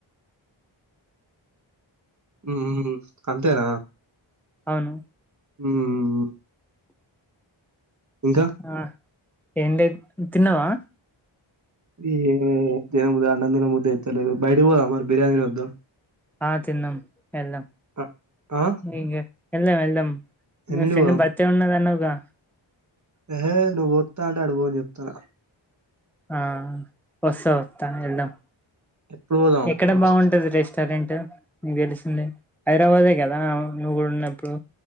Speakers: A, on the right; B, in the centre.
A: ఊహు అంతేన
B: అవున్
A: ఉమ్ ఇంకా
B: ఆ ఏం లేదు తిన్నవా
A: ఈ దిన అన్నం దిన బుద్ది అయితలేదు బయటికి పోదామ బిరియానీ తిని వద్దాం
B: ఆ తిన్నాం ఎళ్దాం
A: ఆ ఆ
B: ఇగ వెళ్దాం వెళ్దాం
A: ఎన్నింటికి
B: మీ ఫ్రెండ్
A: పోదాం
B: బర్త్డే ఉన్నది అన్నావుగా
A: ఏహే నువ్వు ఓత్త అంటే అటు పోను చెప్తానా
B: ఆ వస్తా వత్త వెళ్దాం
A: ఎప్పుడు పోదాం
B: ఎక్కడ
A: వస్త-
B: బాగుంటది రెస్టారెంట్ నీకు తెలిసిందే హైదరాబాదే కదా నువ్వు కూడా ఉన్నప్పుడు